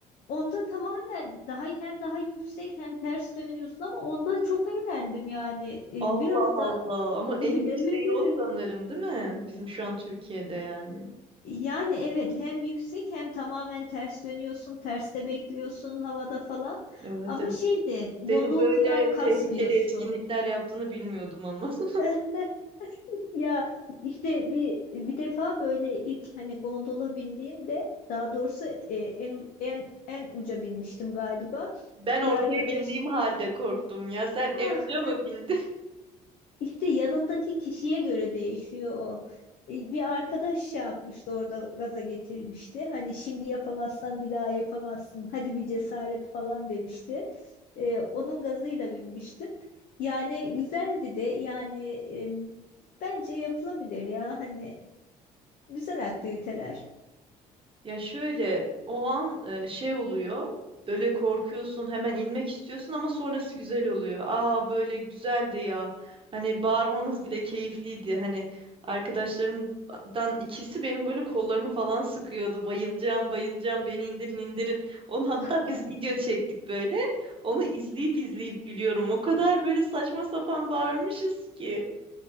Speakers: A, on the left (about 65°); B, on the right (about 35°).
A: Onda tamamen daha hem daha yüksek hem ters dönüyorsun ama onda çok eğlendim yani. Ee,
B: Allah
A: biraz
B: Allah.
A: da
B: Ama
A: <laughs> evet
B: en yükseği
A: evet.
B: o sanırım, değil mi? Bizim şu an Türkiye'de yani.
A: Yani evet hem yüksek hem tamamen ters dönüyorsun, terste bekliyorsun havada falan.
B: Evet
A: Ama
B: evet.
A: şeydi gondol
B: Senin böyle
A: kadar kasmıyorsun.
B: tehlikeli etkinlikler yaptığını bilmiyordum ama.
A: <laughs>
B: <laughs>
A: Ya işte bir bir defa böyle ilk hani gondola bindiğimde daha doğrusu e, en u- en en uca binmiştim galiba.
B: Ben ortaya
A: Bir arkadaş
B: bindiğim halde korktum ya. Sen
A: <laughs>
B: en uca mı bindin?
A: İşte yanındaki kişiye göre değişiyor o. E, Bir arkadaş şey yapmıştı orada gaza getirmişti. Hani şimdi yapamazsan bir daha yapamazsın. Hadi bir cesaret falan demişti. E, onun gazıyla binmiştim. Yani güzeldi de yani e, bence yapılabilir ya hani güzel aktiviteler.
B: Ya şöyle o an e, şey oluyor. Böyle korkuyorsun, hemen inmek istiyorsun ama sonrası güzel oluyor. Aa böyle güzeldi ya. Hani bağırmamız bile keyifliydi. Hani arkadaşlarımdan ikisi benim böyle kollarımı falan sıkıyordu. Bayılacağım, bayılacağım, beni indirin, indirin. Onu hatta
A: <laughs>
B: biz video çektik böyle. Onu izleyip izleyip gülüyorum. O kadar böyle saçma sapan bağırmışız ki.